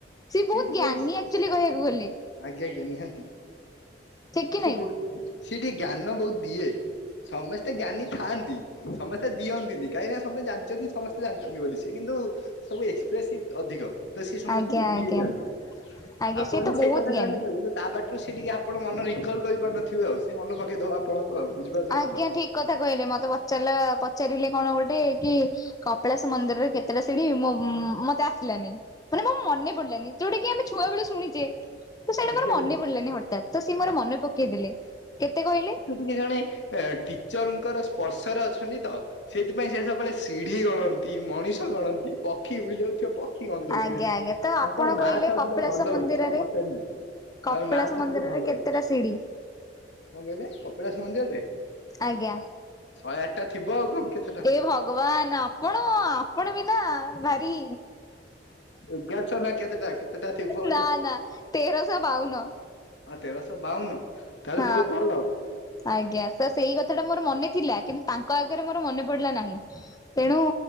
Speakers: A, on the left (about 20°); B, on the left (about 75°).
A: ସିଏ
B: କିଟ
A: ବହୁତ
B: <unintelligible>
A: ଜ୍ଞାନୀ
B: ଆଜ୍ଞା!
A: ଆକ୍ଚୁଆଲି କହିବାକୁ ଗଲେ
B: ଆଜ୍ଞା! ନିହାତି।
A: ଠିକ କି
B: ସେ
A: ନାଇଁ।
B: ବହୁ ସେ ଟିକେ ଜ୍ଞାନ ବହୁତ ଦିଏ। ସମସ୍ତେ ଜ୍ଞାନି ଥାଆନ୍ତି ସମସ୍ତେ ଦିଅନ୍ତିନି କାହିଁକିନା ସମସ୍ତେ ଜାଣିଛନ୍ତି ସମସ୍ତେ ଜାଣିଛନ୍ତି ବୋଲି ସେ କିନ୍ତୁ ସବୁ ଏକ୍ସପ୍ରେସିଭ ଅଧିକ। ତ ସିଏ ସମସ୍ତଙ୍କୁ
A: ଆଜ୍ଞା
B: ଦିଏ
A: ଆଜ୍ଞା
B: ଜ୍ଞାନ
A: ଆଜ୍ଞା
B: ଆପଣ
A: ସିଏ
B: ବି
A: ତ
B: ସେଇ
A: ବହୁତ
B: କଥା
A: ଜ୍ଞାନୀ।
B: ଜାଣିଥିବେ କିନ୍ତୁ ତା ପାଟିରୁ ସେ ଟିକେ ଆପଣ ମନ ରିକଲ୍ କରିପାରୁନଥିବେ ଆଉ ସେ ମନ ପକେଇଦବ ଆପଣଙ୍କୁ ଆଉ ବୁଝିପାରୁଛନ୍ତି
A: ଆଜ୍ଞା
B: ତ?
A: ଠିକ କଥା କହିଲେ ମତେ ପଚାରିଲା ପଚାରିଲେ କଣ ଗୋଟେ କି କପିଳାସ ମନ୍ଦିରରେ କେତେଟା ସିଢି ମୋ ମତେ ଆସିଲାନି। ମାନେ ମୋ ମନେ ପଡିଲାନି ଯୋଉଟା କି ଆମେ ଛୁଆବେଳେ ଶୁଣିଚେ। ତ ସେଇଟା
B: ଆଜ୍ଞା
A: ମୋର ମନେ
B: ନିହାତି
A: ପଡିଲାନି ହଠାତ୍ ତ ସିଏ ମୋର ମନେ ପକେଇଦେଲେ। କେତେ କହିଲେ?
B: କି ଜଣେ ଟିଚରଙ୍କର ସ୍ପର୍ଶରେ ଅଛନ୍ତି ତ। ସେଇଥିପାଇଁ ସେ ସବୁବେଳେ ସିଢି ଗଣନ୍ତି, ମଣିଷ ଗଣନ୍ତି। ପକ୍ଷୀ ଉଡି ଯାଉଥିବ ପକ୍ଷୀ ଗଣିଦେଉଥିବେ
A: ଆଜ୍ଞା ଆଜ୍ଞା ତ
B: ତାଙ୍କର
A: ଆପଣ
B: ମ୍ୟାଥ
A: କହିଲେ
B: ଅଧିକ
A: କପିଳାସ
B: ଭଲ
A: ମନ୍ଦିରରେ
B: ହଉଛି ତାଙ୍କୁ ପଚାରିବେ?
A: କପିଳାସ
B: ତାର ମ୍ୟାଥ
A: ମନ୍ଦିରରେ
B: ଟିକେ ଭଲ
A: କେତେଟା
B: ହଉଛି।
A: ସିଢି
B: କଣ କହିଲେ କପିଳାସ ମନ୍ଦିରରେ
A: ଆଜ୍ଞା।
B: ଶହେ ଆଠଟା ଥିବ ଆଉ କଣ କେତେ
A: ହେ ଭଗବାନ ଆପଣ ଆପଣ ବି ନା, ଭାରି
B: ଏଗାରଶହ ନା, କେତେଟା କେତେଟା ଥିବ
A: ନା ନା ତେରଶହ ବାଉନ।
B: ହଁ, ତେରଶହ ବାଉନ। ତାହେଲେ
A: ହଁ।
B: ବହୁତ ଭଲ।
A: ଆଜ୍ଞା ତ ସେଇ କଥା ଟା ମୋର ମନେ ଥିଲା କିନ୍ତୁ ତାଙ୍କ ଆଗରେ ମୋର ମନେ ପଡିଲା ନାହିଁ। ତେଣୁ